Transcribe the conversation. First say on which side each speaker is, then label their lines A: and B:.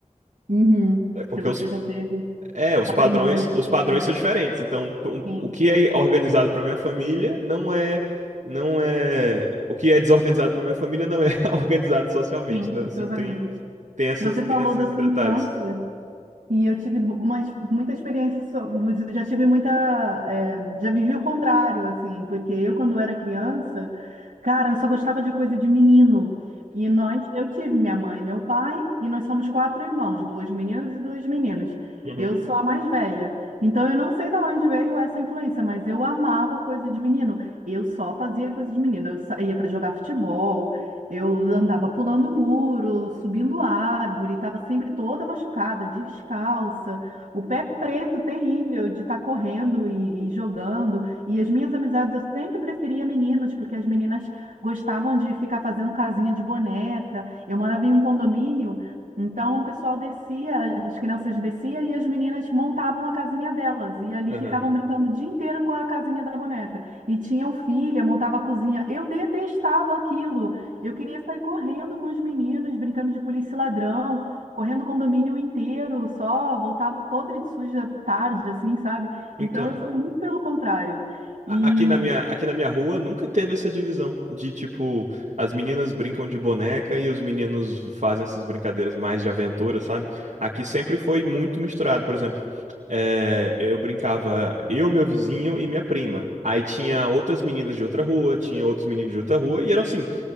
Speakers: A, on the right; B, on the right.
A: Uhum.
B: É porque
A: Que você
B: eu,
A: já teve,
B: é, os
A: aprendeu
B: padrões,
A: ali
B: os
A: com a sua
B: padrões
A: família.
B: são diferentes. Então, pro-
A: Sim,
B: o que é organizado para minha família não é, não é, o que é desorganizado para minha família não é <laughs> organizado socialmente,
A: sim,
B: né?
A: com
B: Assim,
A: seus
B: tem,
A: amigos.
B: tem essas,
A: Você
B: tem
A: falou
B: esses
A: da sua
B: detalhes.
A: infância. E eu tive bu- uma, ex- muita experiência sobre, já tive muita, é, já vivi o contrário, assim, porque eu, quando era criança, cara, eu só gostava de coisa de menino. E nós, eu tive minha mãe e meu pai, e nós somos quatro irmãos, duas meninas e duas meninas.
B: Uhum,
A: Eu sou a mais velha. Então eu não sei de onde veio essa influência, mas eu amava coisa de menino. Eu só fazia coisa de menino. Eu sa- ia para jogar futebol, eu andava pulando muro, subindo árvore, estava sempre toda machucada, descalça, o pé preto terrível de estar correndo e, e jogando. E as minhas amizades eu sempre preferia meninos, porque as meninas gostavam de ficar fazendo casinha de boneca. Eu morava em um condomínio, então o pessoal descia, as crianças desciam e as meninas montavam a casinha delas. E ali
B: aham.
A: ficavam brincando o dia inteiro com a casinha da boneca. E tinham filha, montava a cozinha. Eu detestava aquilo. Eu queria sair correndo com os meninos, brincando de polícia e ladrão, correndo o condomínio inteiro, só voltava podre de suja tarde, assim, sabe? Então
B: Então,
A: eu fui muito pelo contrário.
B: A-
A: E.
B: Aqui na minha, aqui na minha rua nunca teve essa divisão de tipo, as meninas brincam de boneca e os meninos fazem essas brincadeiras mais de aventura, sabe? Aqui sempre foi muito misturado. Por exemplo, eh, eu brincava eu, meu vizinho e minha prima. Aí tinha outras meninas de outra rua, tinha outros meninos de outra rua, e eram assim,